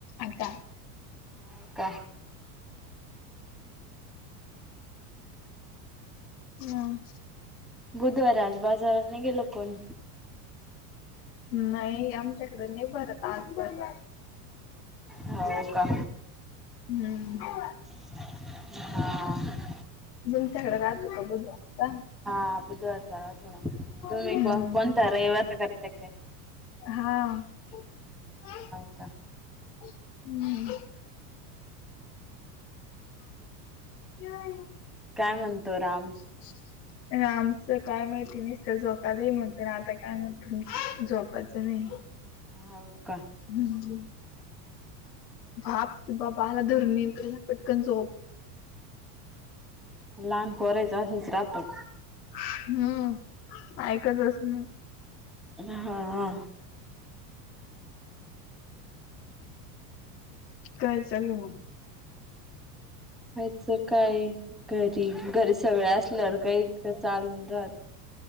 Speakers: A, on the left; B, in the centre.
A: आता.
B: हाव का.
A: मंग
B: बुधवार आज बाजारा नाही गेलं कोण.
A: नाही आमच्याकडे नाही भरत आज बाजार.
B: हाव का.
A: हम्म.
B: हा.
A: तुमच्याकडं राहतो. <unintelligible>
B: हा बुधवारचा राहतो ना तुम्ही
A: हम्म.
B: कोणता रविवारचा करते काय
A: हा.
B: हाव का.
A: हम्म हम्म. <unintelligible>
B: काय म्हणतो राम?
A: <inaudible> रामच काय माहिती निसत झोका दे म्हणतो आता काय म्हणतो झोपा चा नाही
B: हाव का
A: हम्म. भाप बाबा आला धरुनी तुला पटकन झोप.
B: लहान पोरायचं असंच राहतं.
A: हम्म ऐकच असणार.
B: बे हा आ
A: काय चाललय मग?
B: खायच काय घरी घरी सगळे असल्यावर काही चाल राहत